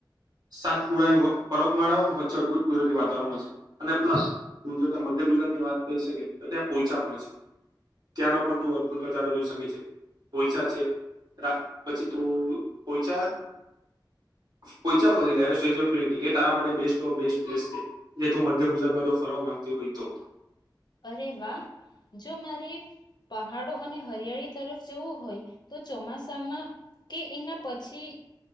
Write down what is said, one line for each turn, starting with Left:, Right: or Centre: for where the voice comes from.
Right: સાત પુળની પર્વતમાળા વચ્ચે અદભુત કુદરતી વાતાવરણમાં છે અને પ્લસ મધ્ય ગુજરાત ની વાત કહી શકે તો ત્યાં પોહોંચા પણ છે. ત્યાંનો પણ તું અદભુત પ્રચારો જોઈ શકે છે પઈછા છે. રાત પછી તું પોહચા પોચ્યા ફરી લ સ્ટેચ્યુ ઓફ યુનિટી એ તારા માટે બેસ્ટ ઓ બેસ્ટ પ્લેસ છે જે તું મધ્ય ગુજરાતમાં જો ફર ગે <unintelligible>
Left: અરે વાહ જો મારે પહાડો અને હરિયાળી તરફ જવું હોય તો ચોમાસામાં કે એના પછી